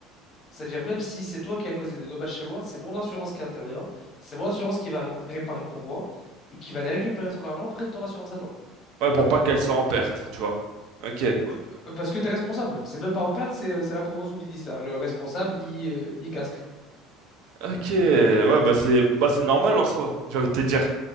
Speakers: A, on the left; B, on the right.
A: C'est-à-dire, même si c'est toi qui as causé des dommages chez moi, c'est mon assurance qui intervient, c'est mon assurance qui va ré- réparer pour moi et qui va aller récupérer son argent près de ton assurance à toi.
B: Ouais, pour pas qu'elle soit en perte, tu vois. Ok.
A: Oui. Euh, Parce que tu es responsable. C'est même pas en perte, c'est euh, c'est la convention qui dit ça. Le responsable, il, euh, il casque.
B: Ok, ouais, bah c'est bah c'est normal en soi, j'ai envie de te dire.